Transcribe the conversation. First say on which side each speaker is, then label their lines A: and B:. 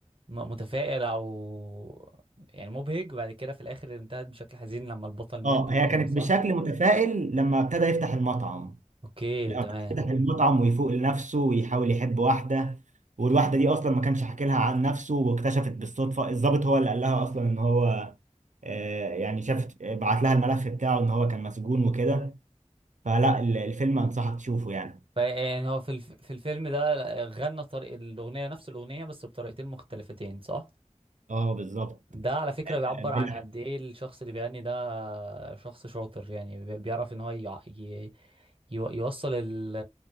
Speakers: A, on the right; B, on the right.
A: م- متفائل او يعني مبهج وبعد كده في الاخر انتهت بشكل حزين لما البطل مات
B: اه
A: وكده
B: هي كانت
A: صح
B: بشكل متفائل لما ابتدى يفتح المطعم
A: اوكي
B: لما
A: تمام
B: ابتدى يفتح المطعم ويفوق لنفسه ويحاول يحب واحدة والواحدة دي أصلا ما كانش حكي لها عن نفسه واكتشفت بالصدفة الضابط هو اللي قال لها أصلا إن هو آه، يعني شافت بعت لها الملف بتاعه إن هو كان مسجون وكده فلا ال- الفيلم أنصحك تشوفه يعني
A: يعني هو في الف... في الفيلم ده لا، غنى طريق الأغنية نفس الأغنية بس بطريقتين مختلفتين صح؟
B: اه بالظبط
A: ده على فكرة بيعبر
B: باللحن
A: عن قد إيه الشخص اللي بيغني ده شخص شاطر يعني بي- بيعرف إن هو يع- ي... يو- يوصل ال...